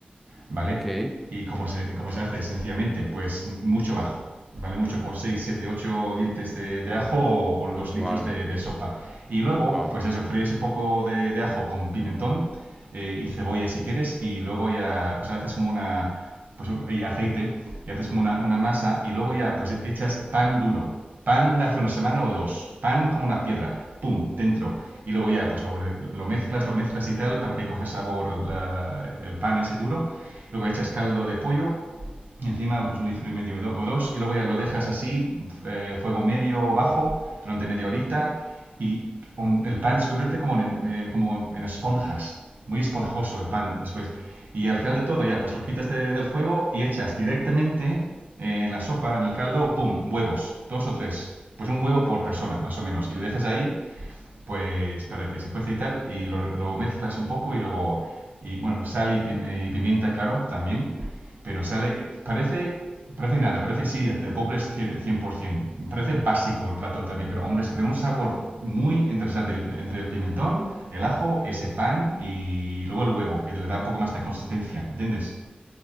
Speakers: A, on the right; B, in the centre.
A: ¿vale?
B: ok,
A: ¿Y cómo se, cómo se hace? Sencillamente, pues mucho ajo, ¿vale? Mucho, por 6 7 8 dientes de, de ajo o por dos litros
B: wow,
A: de, de sopa. Y luego,
B: wow.
A: pues eso, fríes un poco de, de ajo con pimentón eh, y cebolla si quieres y luego ya, pues haces como una, pues y aceite y haces como una, una masa y luego ya, pues echas pan duro. Pan de hace una semana o dos. Pan como una piedra. ¡Pum! Dentro. Y luego ya, pues lo, lo mezclas, lo mezclas y tal para que coge sabor la- el pan ese duro luego echas caldo de pollo, encima pues un litro y medio o dos, y luego ya lo dejas así, eh, fuego medio o bajo, durante media horita, y un- el pan se convierte como en, eh, como en esponjas, muy esponjoso el pan después. Y al final de todo ya pues lo quitas de- del fuego y echas directamente eh, en la sopa, en el caldo, ¡pum!, huevos, dos o tres. Pues un huevo por persona, más o menos. Y lo dejas ahí pues para que se cuece y tal, y lo, lo mezclas un poco y luego, y bueno, sal y, pim- y pimienta, claro, también, pero sale, parece, parece nada, parece sí, de, de pobres cie- 100%, parece básico el plato también, pero hombre, es que tiene un sabor muy interesante el- entre el pimentón, el ajo, ese pan y luego el huevo, que le da un poco más de consistencia, ¿me entiendes?